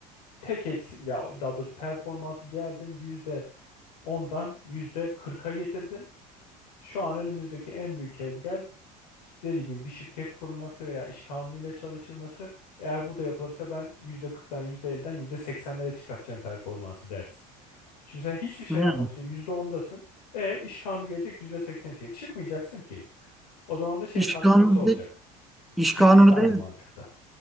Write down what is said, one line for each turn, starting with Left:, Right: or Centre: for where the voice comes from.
Left: Tek eksik ya daha doğrusu performansı geldim yüzde ondan yüzde kırka getirdim. Şu an önümüzdeki en büyük engel işte dediğim gibi bir şirket kurulması veya iş kanunuyla çalışılması. Eğer bu da yapılırsa ben %40'dan yüzde seksenlere çıkartacağım performansı dersin. Şimdi sen hiçbir şey
Centre: Yani
Left: yapmamışsın. yüzde ondasın, E iş kanunu gelecek %80'e çıkacak. Çıkmayacaksın ki. O zaman da şey
Centre: iş
Left: tartışması
Centre: kanunu
Left: olacak.
Centre: de, iş
Left: Şirket
Centre: kanunu
Left: de aynı
Centre: değil
Left: mantıkta.